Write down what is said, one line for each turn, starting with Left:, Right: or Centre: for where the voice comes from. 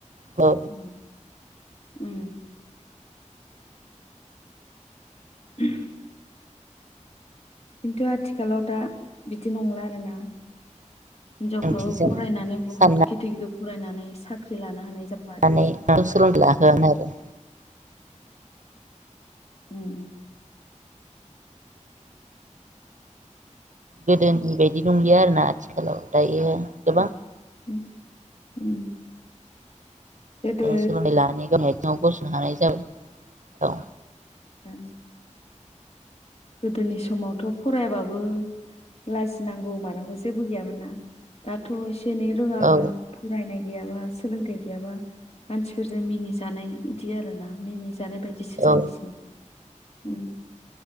Right: औ
Left: उम उम <inaudible> खिन्थु आथिखालाव दा बिदि नंला आरोना। हिनजावफ्राबो
Right: ओंथिजों
Left: फरायनानै बहुत
Right: साननानै
Left: गिदिर गि फरायनानै साख्रि लानो हानाय जाबाय।
Right: माने लागोन आरो।
Left: उम।
Right: गोदोनि बायदि नंलिया आरोना आथिखालाव दायो गोबां
Left: उ उम। गोदो
Right: सोलोंथाइ लानानै गावनाय आइथेङाव गसंनो हानाय जाबाय। औ
Left: द गोदोनि समावथ' फरायाबाबो लाजिनांगौ मानांगौ जेबो गैयामोन ना दाथ' एसे दिेनै रोङाबा
Right: औ
Left: फरायनाय गैयाबा सोलोंथाय गैयाबा मानसिफोरजों मिनि जानाय इदि आरोना मिनि जानाय बायदिसो जायोसो।
Right: औ
Left: उम